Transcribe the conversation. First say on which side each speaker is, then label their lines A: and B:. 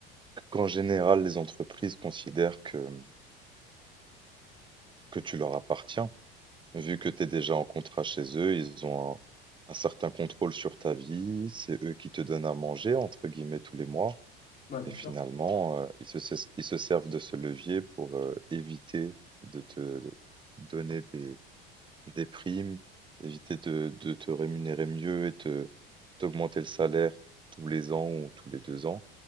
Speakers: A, on the right; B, on the left.
A: qu'en général, les entreprises considèrent que, mmh, que tu leur appartiens. Vu que tu es déjà en contrat chez eux, ils ont un un certain contrôle sur ta vie. C'est eux qui te donnent à manger entre guillemets tous les mois.
B: Ouais, bien
A: Et finalement,
B: sûr.
A: heu, ils se ses ils se servent de ce levier pour, heu, éviter de te de donner des des primes, éviter de de te rémunérer mieux et te t'augmenter le salaire tous les ans ou tous les 2 ans.